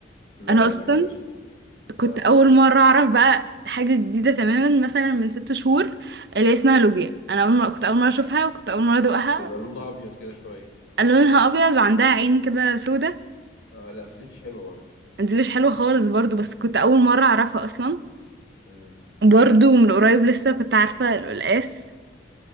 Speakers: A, on the left; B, on the right.
A: لا
B: انا
A: انا
B: اصلا
A: ما بحبهاش
B: كنت
A: اه
B: اول مره اعرف بقى حاجه جديده تماما مثلا من ست شهور اللي هي اسمها لوبيا انا اول مره كنت اول مره اشوفها وكنت اول مره ادوقها
A: تبقى لونها ابيض كده شويه
B: لونها ابيض وعندها عين كده سودا
A: اه لا بس دي مش حلوه برضه
B: دي مش حلوه خالص برضو بس كنت اول مره اعرفها اصلا
A: مم.
B: برضو من قريب لسه كنت عارفه القلقاس